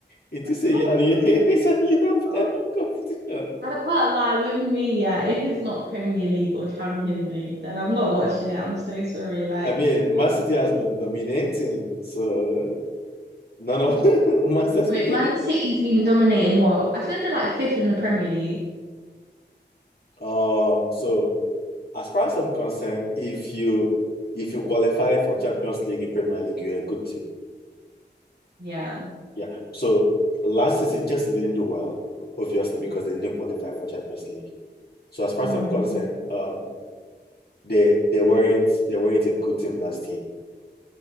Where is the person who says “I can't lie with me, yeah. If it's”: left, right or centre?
Right